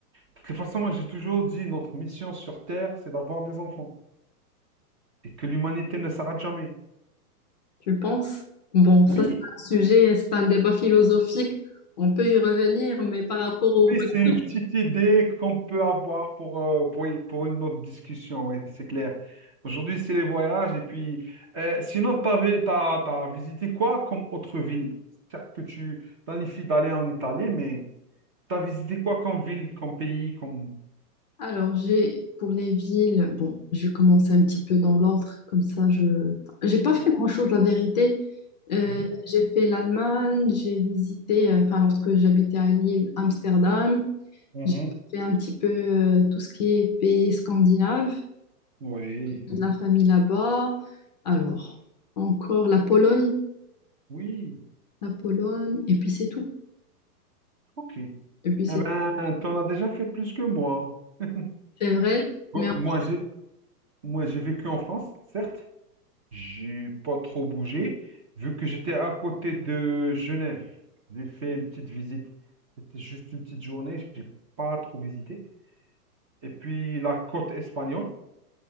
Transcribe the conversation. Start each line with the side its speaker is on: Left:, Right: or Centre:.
Right: De toute façon, moi, j'ai toujours dit, notre mission sur Terre, c'est d'avoir des enfants. et que l'humanité ne s'arrête jamais.
Left: je pense, bon, ça
Right: Oui,
Left: c'est un sujet, c'est un débat philosophique. On peut y revenir, mais par rapport au
Right: oui,
Left: voyage.
Right: c'est une petite idée qu'on peut avoir pour, euh, pour, pour une autre discussion, oui, c'est clair. Aujourd'hui, c'est les voyages, et puis, euh, sinon, t'avais, t'as, t'as visité quoi comme autre ville? Certes que tu planifies d'aller en Italie, mais t'as visité quoi comme ville, comme pays, comme...
Left: Alors j'ai pour les villes, bon, je vais commencer un petit peu dans l'ordre, comme ça je j'ai pas
Right: Oui,
Left: fait grand-chose la vérité. Euh,
Right: Mhm,
Left: j'ai fait l'Allemagne, j'ai visité, euh, enfin lorsque j'habitais à Lille, Amsterdam.
Right: mhm.
Left: J'ai fait un petit peu euh, tout ce qui est pays scandinave,
Right: oui,
Left: de la famille là-bas. Alors, encore la Pologne,
Right: oui,
Left: la Pologne, et puis c'est tout.
Right: ok. Eh
Left: Et puis c'est
Right: ben,
Left: tout.
Right: t'en as déjà fait plus que moi. <laughs>
Left: C'est vrai,
Right: Bon,
Left: mais en-
Right: moi, j'ai moi, j'ai vécu en France, certes, J'ai pas trop bougé, vu que j'étais à côté de Genève. J'ai fait une petite visite. C'était juste une petite journée, j'ai pas trop visité. Et puis la côte espagnole,